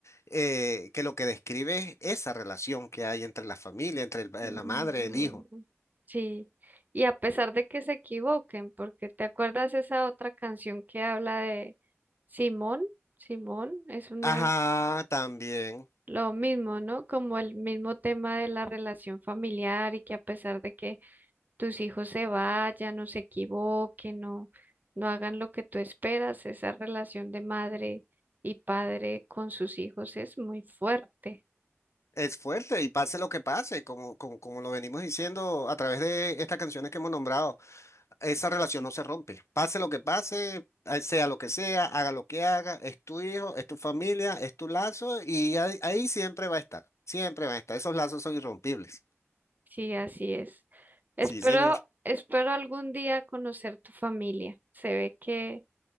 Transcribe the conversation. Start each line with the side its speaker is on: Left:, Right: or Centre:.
Left: eh, que lo que describe es esa relación que hay entre la familia, entre el- eh,
Right: Ujú.
Left: la madre, el hijo.
Right: Sí, y a pesar de que se equivoquen, porque ¿te acuerdas esa otra canción que habla de Simón? Simón es una
Left: Ajá, también.
Right: lo mismo, ¿no? Como el mismo tema de la relación familiar y que a pesar de que tus hijos se vayan no se equivoquen no no hagan lo que tú esperas, esa relación de madre y padre con sus hijos es muy fuerte.
Left: Es fuerte y pase lo que pase, como, como, como lo venimos diciendo a través de estas canciones que hemos nombrado, esa relación no se rompe. Pase lo que pase, eh, sea lo que sea, haga lo que haga, es tu hijo, es tu familia, es tu lazo y ahí, ahí siempre va a estar, siempre va a estar. Esos lazos son irrompibles.
Right: Sí, así es. Espero,
Left: Sí, señor.
Right: espero algún día conocer tu familia. Se ve que,